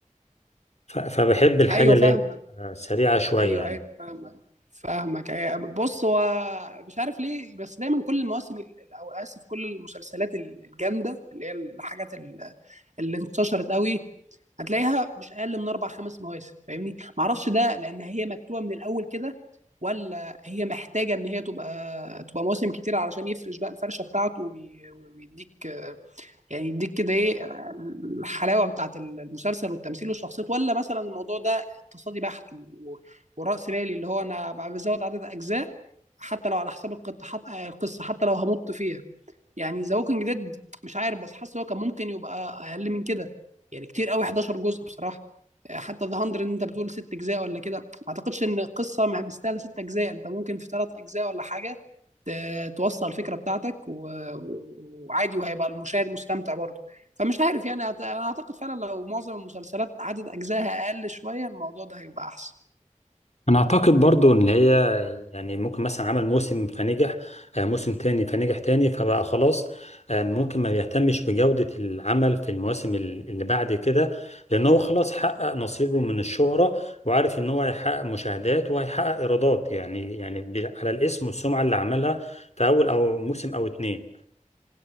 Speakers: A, on the left (about 60°); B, on the right (about 65°).
A: ف- فبحب الحاجة
B: ايوه
A: اللي
B: فاهمك
A: هي آه، سريعة شوية
B: ايوه
A: يعني
B: ايوه فاهمك فاهمك أيوة. بص هو مش عارف ليه بس دايما كل المواسم ال- او اسف كل المسلسلات ال- الجامده اللي هي الحاجات اللي انتشرت قوي هتلاقيها مش اقل من اربع خمس مواسم فاهمني ما اعرفش ده لان هي مكتوبه من الاول كده ولا هي محتاجه ان هي تبقى تبقى مواسم كتير علشان يفرش بقى الفرشه بتاعته وي- ويديك يعني يديك كده ايه الحلاوه بتاعت المسلسل والتمثيل والشخصيات ولا مثلا الموضوع ده اقتصادي بحت و- وراس مالي اللي هو انا بزود عدد اجزاء حتى لو على حساب القط- حت- القصه حتى لو همط فيها يعني ذا ووكينج ديد مش عارف بس حاسس هو كان ممكن يبقى اقل من كده يعني كتير قوي 11 جزء بصراحه آه، حتى ذا 100 انت بتقول ست اجزاء ولا كده ما اعتقدش ان القصه مه- مستاهله ست اجزاء انت ممكن في ثلاث اجزاء ولا حاجه ت- توصل الفكره بتاعتك و- و- وعادي وهيبقى المشاهد مستمتع برضه فمش عارف يعني أعت- انا اعتقد فعلا لو معظم المسلسلات عدد اجزائها اقل شويه الموضوع ده هيبقى احسن
A: انا اعتقد برضو ان هي يعني ممكن مثلا عمل موسم فنجح آه، موسم تاني فنجح تاني فبقى خلاص آه، ممكن ما بيهتمش بجودة العمل في المواسم ال- اللي بعد كده لان هو خلاص حقق نصيبه من الشهرة وعارف ان هو هيحقق مشاهدات وهيحقق ايرادات يعني يعني بي- على الاسم والسمعة اللي عملها في اول او موسم او اتنين